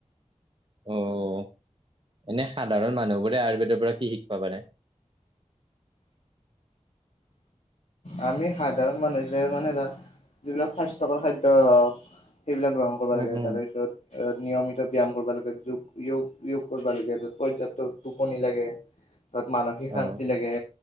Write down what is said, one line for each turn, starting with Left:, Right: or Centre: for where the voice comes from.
Right: অঁ, এনে সাধাৰণ মানুহবোৰে আয়ুৰ্বেদৰ পৰা কি শিকিব পাৰে?
Left: আমি সাধাৰণ মানুহ হিচাপে মানে এটা যিবিলাক স্বাস্থ্যকৰ খাদ্য সেইবিলাক গ্ৰহণ কৰিব
Right: উম
Left: লাগে
Right: উম
Left: তাৰপিছত নিয়মিত ব্যায়াম কৰিব লাগে, যোগয়োগ, য়োগ কৰিব লাগে, পৰ্যাপ্ত টোপনি লাগে। তত মানসিক শান্তি
Right: অ
Left: লাগে